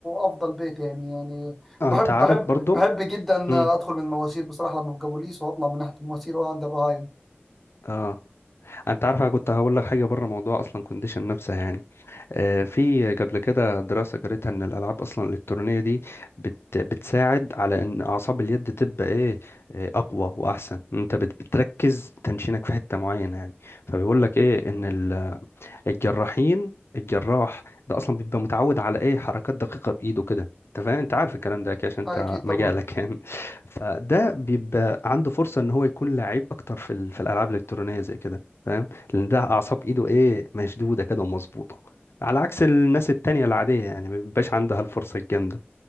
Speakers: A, in the centre; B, on the left.
A: افضل بيت يعني يعني
B: آه،
A: بحب
B: انت عارف
A: بحب
B: برضو
A: بحب جدا
B: امم
A: ادخل من المواسير بصراحه لما ببقى بوليس واطلع من ناحيه المواسير واقعد عند الرهاين
B: اه انت عارف انا كنت هقول لك حاجه بره موضوع اصلا كونديشن نفسها يعني آه في قبل كده دراسه قريتها ان الالعاب اصلا الالكترونيه دي بت بتساعد على ان اعصاب اليد تبقى ايه آه، اقوى واحسن انت بت- بتركز تنشينك في حته معينه يعني فبيقول لك ايه ان الجراحين الجراح ده اصلا بيبقى متعود على ايه حركات دقيقه بايده كده انت فاهم انت عارف الكلام ده اكيد عشان انت
A: آه اكيد طبعا
B: مجالك يعني فده بيبقى عنده فرصه ان هو يكون لعيب اكتر في ال- في الالعاب الالكترونيه زي كده فاهم لان ده اعصاب ايده ايه مشدوده كده ومظبوطه على عكس الناس التانية العادية يعني ما بيبقاش عندها الفرصة الجامدة